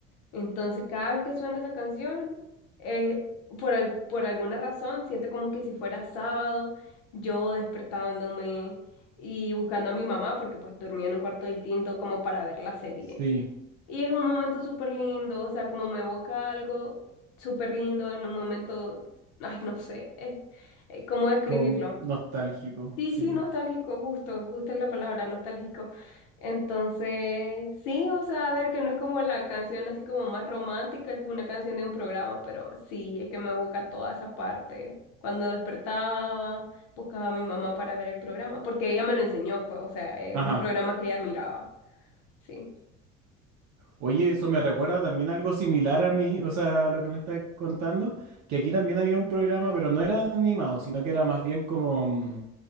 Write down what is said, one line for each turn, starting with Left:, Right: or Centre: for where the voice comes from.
Left: Entonces, cada vez que suena esa canción, eh, por, al- por alguna razón, siento como que si fuera sábado, yo despertándome y buscando a mi mamá, porque pues dormía en un cuarto distinto como para ver la serie.
Right: Sí,
Left: Y es un momento súper lindo, o sea, como me evoca algo súper lindo en un momento, ay, no sé, es, eh, ¿cómo describirlo?
Right: con nostálgico,
Left: Sí,
Right: sí.
Left: sí, nostálgico, justo, justo es la palabra, nostálgico. Entonces, sí, o sea, a ver, que no es como la canción así como más romántica, es una canción de un programa, pero sí, es que me evoca toda esa parte. Cuando despertaba, buscaba a mi mamá para ver el programa, porque ella me lo enseñó, pues, o sea, es
Right: Ajá.
Left: un programa que ella miraba. Sí,
Right: Oye, eso me recuerda también algo similar a mí, o sea, lo que me estás contando, que aquí también había un programa, pero no era animado, sino que era más bien como mm,